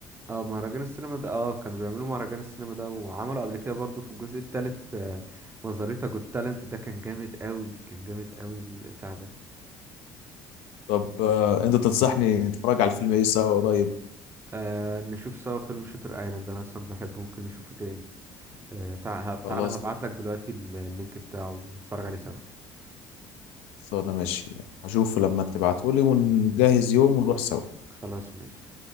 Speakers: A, on the right (about 25°); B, on the left (about 75°).
A: اه مهرجان السينما ده اه كانوا بيعملوا مهرجان السينما ده وعملوا قبل كده برضو في الجزء التالت آه، مزاريتا جوت تالنت ده كان جامد قوي كان جامد قوي البتاع ده
B: طب آه، انت تنصحني نتفرج على الفيلم ايه سوا قريب
A: آه نشوف سوا فيلم شاتر ايلاند انا اصلا بحبه ممكن نشوفه تاني آه تع- هب-
B: خلاص
A: تعالى هبعت لك دلوقتي ال- اللينك بتاعه ونتفرج عليه سوا
B: خلاص انا ماشي هشوفه لما تبعتولي ونجهز يوم ونروح سوا
A: خلاص ماشي